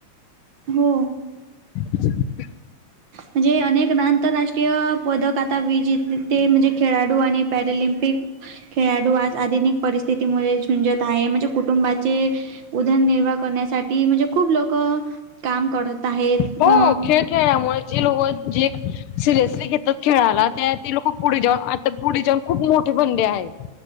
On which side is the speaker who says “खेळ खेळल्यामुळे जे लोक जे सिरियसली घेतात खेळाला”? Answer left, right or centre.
Left